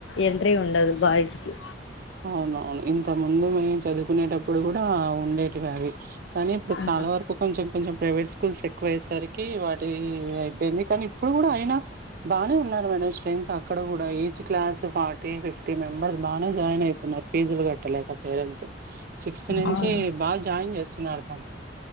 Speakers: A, on the left (about 90°); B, on the right (about 50°).
A: ఎంట్రీ ఉండదు బాయ్స్ కి
B: అవునవును ఇంత ముందు మీము చదువుకునేటప్పుడు కూడా అవును ఉండేవి అవి కానీ ఇప్పుడు
A: ఆహా
B: చాలా వరకు కొంచెం కొంచెం ప్రైవేట్ స్కూల్స్ ఎక్కువేస్తనె సరికి వాటి అయిపోయింది కానీ ఇప్పుడు కూడా అయినా బాగానే ఉన్నారు మేడం స్ట్రెంగ్త్ ఇక్కడ కూడా each class forty fifty members బానే జాయిన్ అయి ఫీజులు కట్టలేక పేరెంట్స్ సిక్స్త్ నుంచి
A: అవును
B: బాగా జాయిన్ చేస్తున్నారు దాంట్లో